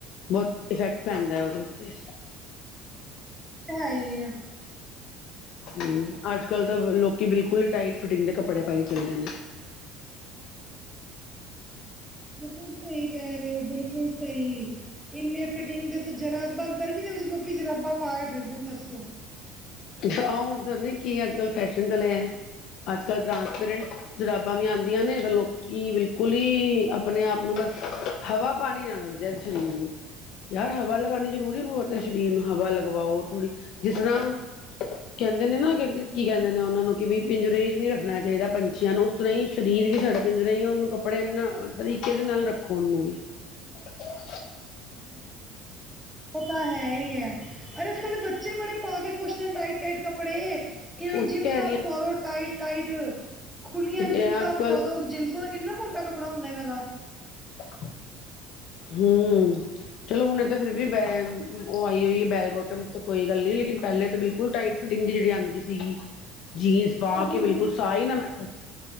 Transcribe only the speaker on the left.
ਬਹੁਤ ਇਫੈਕਟ ਪੈਂਦੈ ਉਹਦੇ ਉੱਤੇ
ਹੁੰ, ਅੱਜ-ਕੱਲ ਤਾਂ ਲੋਕੀ ਬਿਲਕੁਲ ਈ ਟਾਈਟ ਫਿਟਿੰਗ ਦੇ ਕੱਪੜੇ ਪਾਈ ਚੱਲਦੇ ਨੇ।
ਆ ਦੱਸ ਨ ਕੀ ਅੱਜ ਕੱਲ ਫੈਸ਼ਨ ਚਲੇਆ ਆ ਅੱਜ-ਕੱਲ੍ਹ ਟਰਾਂਸਪੇਰੈਂਟ ਜਰਾਬਾਂ ਵੀ ਆਂਦੀਆਂ ਨੇ, ਗੱਲੋਂ ਕੀ ਬਿਲਕੁਲ ਈ, ਆਪਣੇ-ਆਪ ਨੂੰ ਬਸ ਹਵਾ ਪਾਣੀ ਨਾ ਲੱਗ ਜੇ ਸ਼ਰੀਰ ਨੂੰ। ਯਾਰ, ਹਵਾ ਲਗਾਣੀ ਜ਼ਰੂਰੀ ਬੋਤ ਏ। ਸ਼ਰੀਰ ਨੂੰ ਹਵਾ ਲਗਵਾਓ, ਥੋੜ੍ਹੀ ਜਿਸ ਤਰ੍ਹਾਂ ਕੈੰਦੇ ਨੇ ਨਾ, ਕੀ ਕੈਂਦੇ ਨੇ ਔਨਾਂ ਨੂੰ ਕਿ ਬਈ ਪਿੰਜਰੇ ਇਚ ਨੀ ਰੱਖਣਾ ਚਾਹੀਦਾ ਪੰਛੀਆਂ ਨੂੰ। <unintelligible> ਸਰੀਰ ਵੀ ਸਾਡਾ ਪਿੰਜਰਾ ਈ ਏ ਔਨੂੰ ਕੱਪੜੇ ਇਨਾ ਤਰੀਕੇ ਦੇ ਨਾਲ ਰੱਖੋ ਔਨੂੰ ਵੀ। ਅੱ <inaudible>
ਉਹੀ
ਕਹਿ ਰਹੀ
ਹਾਂ ਅੱਜ ਕੱਲ
<inaudible> ਹਮ ਚਲੋ ਹੁਣੇ ਤਾਂ ਫਿਰਰ ਵੀ ਬੈ ਉਹ ਆਈ ਹੋਈ ਹੈ ਬੈਲ ਬੋਟਮ, ਤਾਂ ਕੋਈ ਗੱਲ ਨ ਲੇਕਿਨ ਪਹਿਲੇ ਤਾਂ ਬਿਲਕੁਲ ਟਾਈਟ ਫਿਟਿੰਗ ਦੀ ਜੇੜੀ ਆਂਦੀ ਸੀਗੀ, ਜੀਨਸ ਪਾ
ਕੇ ਬਿਲਕੁਲ ਸਾਂ ਈ ਨਾ ਮੈਂ